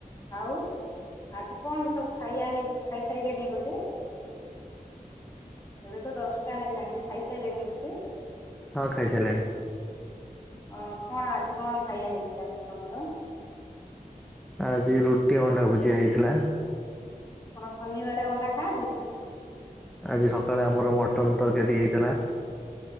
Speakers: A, on the left; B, in the centre.
A: ଆଉ, ଆଜି କଣ ସବୁ ଖାଇବା ହେଇଛି ଖାଇସାରିଲେଣି ବୋଧେ। ଏବେ ତ ଦଶଟା ହେଲାଣି ଖାଇସାରିଲାଣି ବୋଧେ
B: ହଁ ଖାଇସାରିଲାଣି।
A: ଅ କଣ ଆଜି କଣ ଖାଇଆ ହେଇଥିଲା ତମର?
B: ଆଜି ରୁଟି, ଅଣ୍ଡା ଭୁଜିଆ ହେଇଥିଲା।
A: ଆପଣ ଶନିବାର ଅଣ୍ଡା ଖାଆନ୍ତି?
B: ଆଜି ସକାଳେ ଆମର ମଟନ ତରକାରୀ ହେଇଥିଲା।